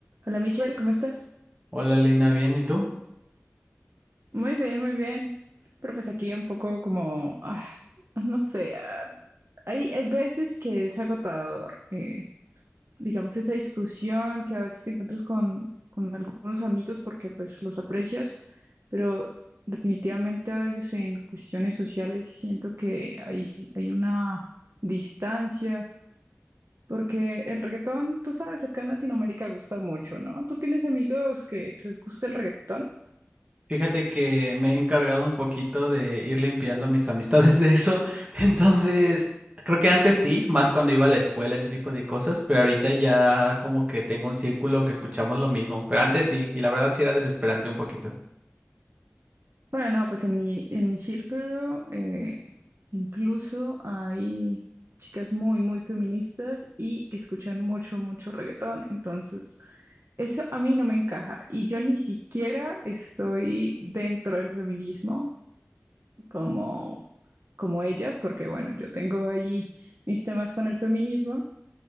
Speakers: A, on the right; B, on the right.
A: Hola Michelle, ¿cómo estás?
B: Hola Lina, bien, ¿y tú?
A: Muy bien, muy bien. Pero pues aquí un poco como, ah, no sé, ah, hay, hay veces que es agotador, eh, digamos, esa discusión que a veces te encuentras con, con algunos amigos porque pues los aprecias, pero definitivamente a veces en cuestiones sociales siento que hay, hay una distancia, porque el reggaetón, tú sabes, acá en Latinoamérica gusta mucho, ¿no? ¿Tú tienes amigos que que les gusta el reggaetón?
B: Fíjate que me he encargado un poquito de ir limpiando mis <laughs> amistades de eso. <laughs> Entonces, creo que antes sí, más cuando iba a la escuela, ese tipo de cosas, pero ahorita ya como que tengo un círculo que escuchamos lo mismo, pero antes sí, y la verdad sí era desesperante un poquito.
A: Bueno, no, pues en mi, en mi círculo eh, incluso hay chicas muy, muy feministas y que escuchan mucho, mucho reggaetón. Entonces, eso a mí no me encaja. Y yo ni siquiera estoy dentro del feminismo como, como ellas, porque bueno, yo tengo ahí mis temas con el feminismo,